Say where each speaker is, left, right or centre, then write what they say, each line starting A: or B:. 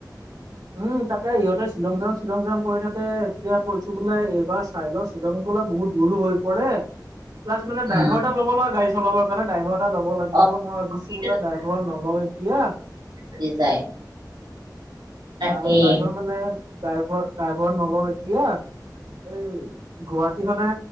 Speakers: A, on the right; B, on the right.
A: উম, তাকেই ইহঁতে শ্বিলং যাও, শ্বিলং যাম কৰি থাকে। এতিয়া কৈছো বোলে এইবাৰ চাই লও শ্বিলং গলে বহুত দূৰো হৈ পৰে। প্লাছ মানে
B: উম
A: ড্ৰাইভৰ এটা ল'ব লাগে গাড়ী চলাবৰ কাৰণে। ড্ৰাইভৰ এটা ল'ব লাগিব।
B: অ
A: মই ভাবিছো
B: সেইটোতো
A: বোলে ড্ৰাইভৰ নলও এতিয়া।
B: দি যায়। তাকেই
A: ভাল ড্ৰাইভৰ মানে ডাইভ ডাইভৰ নলওঁ এতিয়া। এই গুৱাহাটীখনে